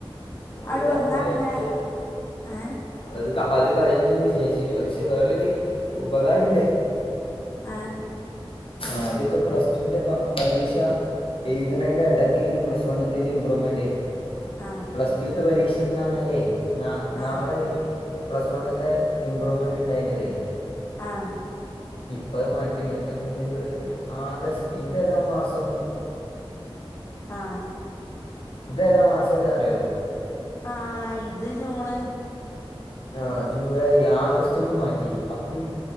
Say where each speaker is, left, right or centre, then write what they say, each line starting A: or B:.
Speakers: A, on the left; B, on the left.
A: ഒരു
B: അഅടു
A: കാലം
B: വന്നാ
A: ആ,
B: പിന്നെ
A: പക്ഷെ
B: എ
A: അത് അത് കഴിഞ്ഞന്ന് വിചാരിച്ചീനു പക്ഷെ വേറൊരു ഉപകാരണ്ട്
B: ആഹ്
A: ആദ്യൊക്കെ പ്ലസ് ടുവിന്റെ പരീക്ഷ എഴ്ത്ണേന്റെ എടക്കേനി പ്ലസ് വണ്ണത്തിന്റെ ഇപ്രൂവ്മെന്റ്
B: ആ
A: പ്ലസ് ടുത്തെ പരീക്ഷ ഇച്ചെന്താന്നറിയേ <inaudible> ന്ന
B: ആ
A: നാളെ ഇനി പ്ലസ് വണ്ണ്ത്തെ ഇംമ്പ്രൂവ്മെന്റ് ഇണ്ടായിനതേ
B: ആഹ്
A: ഇപ്പ അത് മാറ്റീണ് ഇപ്പൊ ജൂൺ ജൂൈ ആഗസ്റ്റിന്തോരോ പ മാസം
B: ആഹ്
A: ഇത് ഏതാ മാസം ഏതാ അറിയോ
B: ആഹ് ഇത് ജൂണ്
A: ആഹ് ജൂലൈ ആഗസ്റ്റ്ക്ക് മാറ്റി അപ്പം